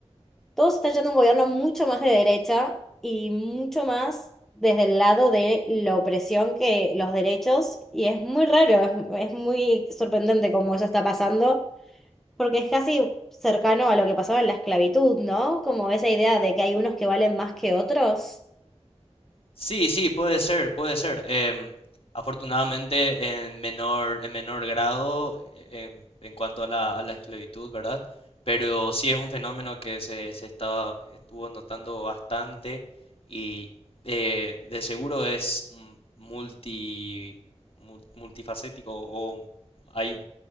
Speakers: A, in the centre; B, on the left (about 55°).
A: todos están yendo a un gobierno mucho más de derecha y mucho más desde el lado de la opresión que los derechos, y es muy raro, es, es muy sorprendente cómo eso está pasando, porque es casi cercano a lo que pasaba en la esclavitud, ¿no? Como esa idea de que hay unos que valen más que otros.
B: Sí, sí, puede ser, puede ser. Em, afortunadamente en menor, en menor grado eh, em, en cuanto a la, a la esclavitud, ¿verdad? Pero sí es un fenómeno que se, se estaba, estuvo notando bastante y eh, de seguro es mm, multi, mul- multifacético o hay